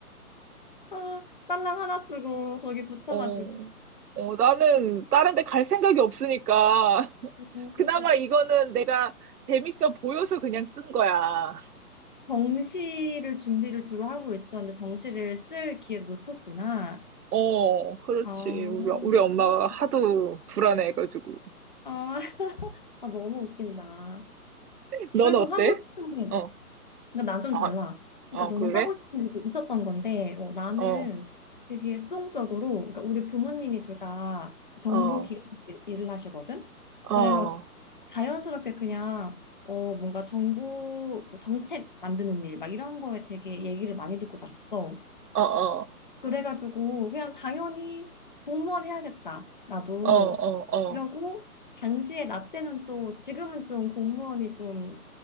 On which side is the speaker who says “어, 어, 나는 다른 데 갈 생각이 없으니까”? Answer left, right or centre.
Right